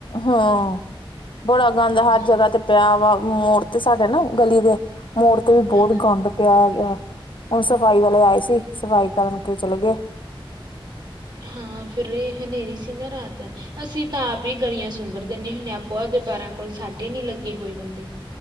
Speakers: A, on the left; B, on the right.
A: ਹਾਂ ਬੜਾ ਗੰਦ
B: ਹਾਂਜੀ,
A: ਹਰ ਜਗ੍ਹਾ ਤੇ ਪਿਆ ਵਾ ਮੋੜ ਤੇ ਸਾਡੇ ਨਾ ਗਲੀ ਦੇ ਮੋੜ ਤੇ ਵੀ ਬਹੁਤ
B: ਹਾਂਜੀ
A: ਗੰਦ ਪਿਆ ਹੈਗਾ । ਹੁਣ ਸਫ਼ਾਈ ਵਾਲੇ ਆਏ ਸੀ ਸਫ਼ਾਈ ਕਰਕੇ ਚਲੇ ਗਏ।
B: ਹਾਂ ਫਿਰ ਇਹ ਹਨੇਰੀ ਸੀ ਨਾ ਰਾਤ ਅਸੀਂ ਤਾਂ ਆਪ ਹੀ ਗਲੀਆਂ ਸੁੰਬਰ ਦਿੰਨੇ ਹੁਨੇ ਆ ਆਪੋ ਉਹਦੇ ਬਾਰਾਂ ਕੋਲ ਸਾਡੇ ਨਹੀਂ ਲੱਗੇ ਹੋਏ ਬੰਦੇ।